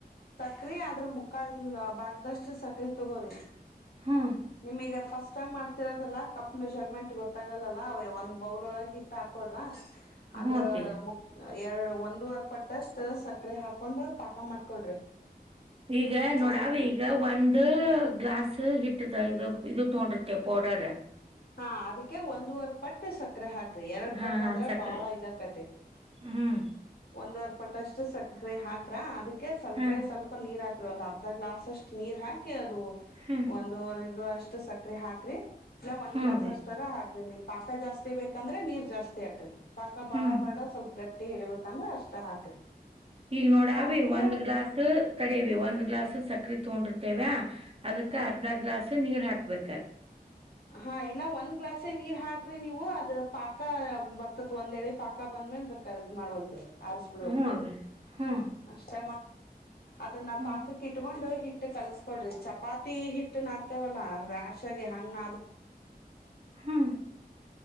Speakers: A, on the left; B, on the right.
A: ಸಕ್ರೆ ಆದ್ರ ಮುಕ್ಕಾ ಲ್ಲ ಬಾಗ್ದಷ್ಟ ಸಕ್ಕರೆ ತಗೋರಿ
B: ಹ್ಮ್
A: ನಿಮಗ ಫಸ್ಟ್ <unintelligible> ಮಾಡ್ತಿರೋದಲ್ಲ ಕಪ್ ಮೆಜರ್ಮೆಂಟ್ ಗೊತ್ತಾಗಲ್ಲ ಅವೆ ಒಂದ ಹಿ ಹಾಕ್ರ ಅದ್ರ
B: ಹ್ಞೂ ಅಪ್ಪಿ
A: <unintelligible> ಎರಡ್ ಒಂದುವರ್ ಪಟ್ಟಷ್ಟ ಸಕ್ಕರೆ ಹಾಕೊಂಡ್ ಪಾಕ ಮಾಡ್ಕೊಳ್ರಿ
B: ಈಗ ನೋಡಾವಿ
A: ಒಂದ್
B: ಈಗ ಒಂದು ಗ್ಲಾಸ್ ಹಿಟ್ಟತ ಇದು ಇದು ತೊಂಡಿರತಿ ಪೌಡರ್
A: ಹಾ ಅದಕ್ಕೆ ಒಂದೂವರೆ ಪಟ್ಟ ಸಕ್ಕರೆ ಹಾಕ ರಿ ಎರಡ್
B: ಹಾ
A: ಪಟ್ಟ
B: ಹಾ
A: ಅಂದ್ರ
B: ಸಕ್ರಿ
A: ಬಾಳ ಇದಾಕತಿ
B: ಹ್ಮ್
A: ಒಂದ್ವರೆ ಪಟ್ಟಷ್ಟು ಸಕ್ಕರೆ ಹಾಕ್ರ ಅದಕ್ಕೆ ಸ್ವಲ್ಪೇ
B: ಹಾ
A: ಸ್ವಲ್ಪ ನೀರ ಹಾಕ್ತ ಒಂದ್ ಅರ್ಧ ಗ್ಲಾಸ್ಷ್ಟು ನೀರ್ ಹಿ ಅದು
B: ಹ್ಮ್
A: ಒಂದವ್ ಅಷ್ಟು ಸಕ್ಕರೆ ಹಾಕ್ರಿ ಇಲ್ಲ ಒಂದ
B: ಹೂನ್ರಿ
A: ಗ್ಲಾಸ್ ಅಷ್ಟರ ಹಾಕರಿ ಮ ಪಾಕ ಜಾಸ್ತಿ ಬೇಕಂದ್ರೆ ನೀರ್ ಜಾಸ್ತಿ ಹಾಕ್ರಿ ಪಾಕ ಬಾಳ
B: ಹ್ಮ್
A: ಬೇಡ ಸ್ವಲ್ಪ ಗಟ್ಟಿ ಹೇಳ ಂದ್ರೆ ಅಷ್ಟ ಹಾಕ್ರಿ
B: ಈಗ ನೋಡ
A: ಹಾಕಿ
B: ಅವಿ ಒಂದ್ ಗ್ಲಾಸ್ ತಡಿಯವಿ ಒಂದ್ ಗ್ಲಾಸ್ ಸಕ್ಕ ಸಕ್ರಿ ತಗೊಂಡಿರ್ತೇವೆ ಅದಕ್ಕೆ
A: ಹ
B: ಅರ್ಧ ಗ್ಲಾಸ್ ಸ ನೀರ್ ಹಾಕ್ಬೇಕ
A: ಹಾ ಇಲ್ಲ ಒಂದ್ ಗ್ಲಾಸೆ ನೀರ್ ಹಾಕ್ರಿ ನೀವು ಅದ ಪಾಕ ಬರ್ತತ್ ಒಂದೇಳಿ ಪಾಕ ಬಂದ ಮೇಲ್ ಬೇಕ್ರ ಇದ ಮಾಡುವಂತ್ರಿ ಆರಸ್ ಬಿಡಂತ್ರಿ
B: ಹ್ಞೂ ಅವಿ ಹ್ಞೂ
A: ಅಷ್ಟ ಅದನ್ನ
B: ಹ್ಞೂ
A: ಪಾಕಕ್ ಇಟ್ಕೊಂಡು ಹಿಟ್ಟ ಕಲ್ಸ್ಕೊಡ್ರಿ ಚಪಾತಿ ಹಿಟ್ಟ ನಾದತೇವಲ್ಲಾ ರ್ಯಾಶ್ ಆಗಿ ಹಂಗ
B: ಹ್ಞೂ